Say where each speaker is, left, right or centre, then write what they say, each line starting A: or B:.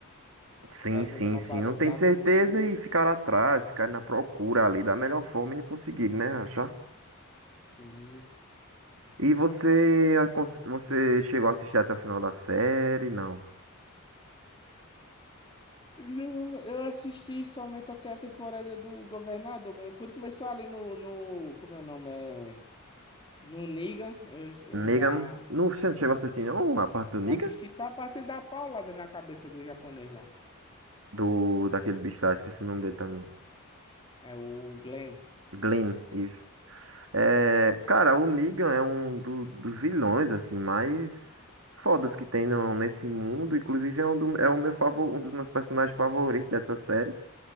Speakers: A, on the right; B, on the left.
A: Sim,
B: E aí
A: sim,
B: quando ela aparece
A: sim. Não tem
B: lá
A: certeza
B: como um zumbi,
A: e ficar atrás, ficar na procura ali da melhor forma e não conseguir, né? Achar.
B: sim.
A: E você, acon- você chegou a assistir até o final da série? Não.
B: Eu, eu assisti somente até a temporada do Governador. mesmo. Quando começou ali no, no, como é o nome? É, no Niga, eu, eu
A: Negan.
B: já
A: no você não chegou a assistir, não? A parte do Negan?
B: assisti só a parte que ele dá a paulada na cabeça do japonês lá.
A: Do, daquele bicho lá, esqueci o nome dele também.
B: É o Glenn.
A: Glenn, isso. É, cara, o Negan é um do- dos vilões, assim, mais fodas que tem no, nesse mundo. Inclusive, é um, do- é o meu favor, um dos meus personagens favoritos dessa série.